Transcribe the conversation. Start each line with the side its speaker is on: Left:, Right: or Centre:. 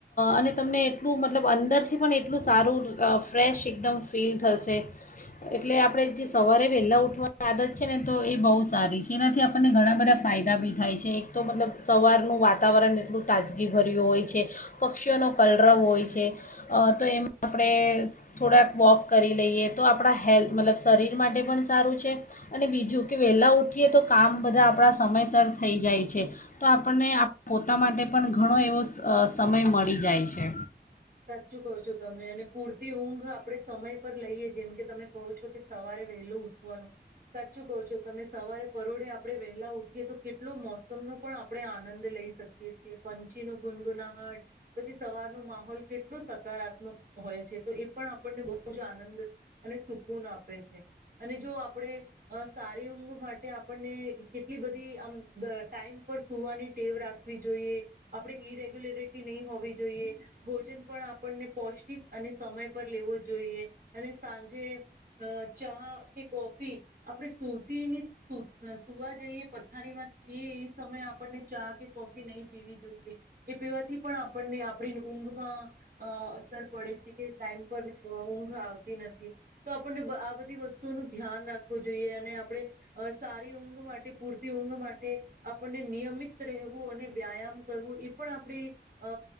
Left: અને તમને એટલું મતલબ અંદરથી પણ એટલું સારું ફ્રેશ એકદમ ફીલ થશે, એટલે આપણે જે સવારે વહેલા ઉઠવાની આદત છે ને તો એ બહુ સારી છે એના થી આપણને ઘણા બધા ફાયદા બી થાય છે એક તો મતલબ સવારનું વાતાવરણ એટલું તાજગી ભર્યું હોય છે, પક્ષીઓનો કલરવ હોય છે, અ તો એમાં આપણે થોડાક વોક કરી લઈએ તો આપણા હેલ્થ મતલબ શરીર માટે પણ સારું છે, અને બીજું કે વહેલા ઉઠીએ તો કામ બધા આપણા સમયસર થઈ જાય છે, તો આપણને પોતા માટે પણ ઘણો એવો સમય મળી જાય છે.
Right: સાચું કહો છો તમે અને પૂરતી ઊંઘ આપણે સમય પર લઈએ જેમ કે તમે કહો છો કે સવારે વહેલું ઉઠવાનું, સાચું કહો છો તમે સવારે પરોડે આપણે વહેલા ઉઠીએ તો કેટલો મોસમનો પણ આપણે આનંદ લઈ શકીએ છીએ, પંછી ન ગુનગુનાહટ, પછી સવારનો માહોલ કેટલું સકારાત્મક હોય છે તો એ પણ આપણને બહુ જ આનંદ અને સુકૂન આપે છે, અને જો આપણે સારી ઊંઘ માટે આપણને કેટલી બધી આમ ટાઈમ પર સુવાની ટેવ રાખવી જોઈએ, આપણે ઈરેગ્યુલરિટી નહીં હોવી જોઈએ, ભોજન પણ આપણને પૌષ્ટિક અને સમય પર લેવો જોઈએ, અને સાંજે ચા કે કોફી આપણે સુતી ની સુવા જઈએ પથારીમાં એ સમયે આપણને ચા કે કોફી નહી પીવી જોઈએ, એ પીવાથી પણ આપણને આપણી ઊંઘમાં અ અસર પડે છે કે ટાઈમ પર ઊંઘ આવતી નથી, તો આપણને આ બધી વસ્તુઓનું ધ્યાન રાખવું જોઈએ અને આપણે, સારી ઊંઘ માટે પૂરતી ઊંઘ માટે આપણને નિયમિત રહેવું અને વ્યાયામ કરવું એ પણ આપણી, અ